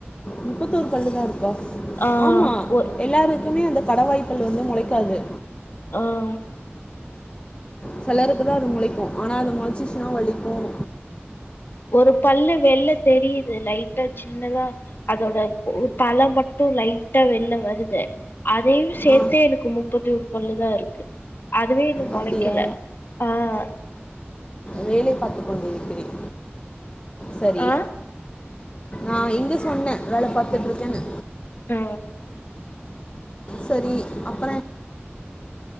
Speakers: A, on the left; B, on the left.
A: முப்பத்தொரு பல்லுதான் இருக்கா
B: ஆ
A: ஆம்மா
B: ஒ
A: எல்லாரு க்குமே அந்த கடவாய்ப்பல்லு வந்து மொளைக்காது
B: ஆஹ்
A: சிலருக்குதான் அது முளைக்கும் ஆனா அது மொளைச்சிச்சுன்னா வலிக்கும்
B: ஒரு பல்லு வெள்ல தெரிது லைட்டா சின்னதா அதோட உ தல மட்டு லைட்டா வெள்ள வருது அதையு சேத்தே
A: ஆ
B: எனக்கு முப்பத்தி ஒரு பல்லுதா இருக்கு அதுவே என மொளைக்கல
A: அப்படியா
B: ஆஹ்
A: வேலை பாத்துக் கொண்டிருக்கிறேன் சரி
B: ஆ
A: ஆஹ் இங்க சொ சொன்னே வேல பாத்துட்டு்ருக்கேன்னு
B: ஆ
A: சரி அப்